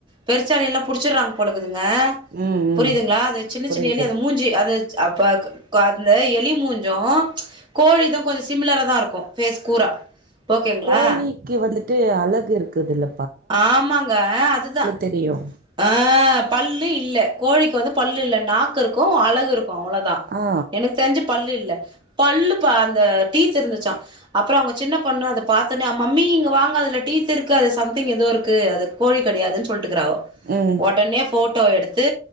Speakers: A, on the right (about 25°); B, on the right (about 50°).
A: பெருச்சாலி எல்லா புடிச்சறாங்க போலகுது ங்க
B: ம் ம்
A: புரிதுங்ளா அது சின்ன
B: புரியுது
A: சின்ன எலி மூஞ்சி அது அப்பப் அப்பந்த எலி மூஞ்சும் கோழிதும் கொஞ்சம் சிமிலரா தா இருக்கு பேஸ் கூரா ஓகேங்களா
B: கோழிக்கு வந்துட்டு அழ கு இருக்குதுல்ல
A: ஆமங்க அதுதா
B: தெரியு
A: ஆ பல்லு இல்ல கோழிக்கு வந்து பல்லு இல்ல நாக்கு இருக்கு அழகு இருக் அவ்ளதா
B: ஆ
A: எனக்கு தெரிஞ்சு பல்லு இல்ல பல்லு பா அதுல டீத்ருந்துசா அப்ற அவங்க சின்ன பொண்ணு அத பாத்துனு மம்மி இங்க வாங்க அதுல டீத்துருக்கு சாப் மிக்சிங் ஏதோ இருக்கு அது கோழி கெடையாது சொல் ட்டுருக்கிறாவோ
B: ம்
A: உடனே போ போட்டோ எடுத்து